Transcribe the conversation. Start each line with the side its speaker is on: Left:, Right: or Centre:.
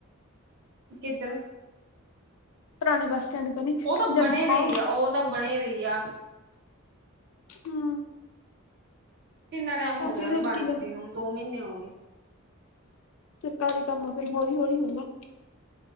Right: ਕਿੱਧਰ?
Left: ਪੁਰਾਣੇ ਬੱਸ ਸਟੈਂਡ ਕਨੀ।
Right: ਓ ਤਾਂ
Left: ਜਦ
Right: ਬਣੇ
Left: ਆਪਾਂ
Right: ਰਹੀ ਆ, ਉਹ ਤਾਂ ਬਣੇ ਰਹੀ ਆ।
Left: ਹੂੰ
Right: ਕਿੰਨਾ ਟਾਈਮ
Left: ਕਾਫੀ
Right: ਹੋ ਗਿਆ ਉਹਨੂੰ
Left: ਦੇਰ
Right: ਬਣਦੀ
Left: ਕੀ
Right: ਨੂੰ, ਦੋ ਮਹੀਨੇ ਹੋ ਗਏ।
Left: ਸਰਕਾਰੀ ਕੰਮਾਂ ਫਿਰ ਹੌਲੀ -ਹੌਲੀ ਹੋਊਗਾ।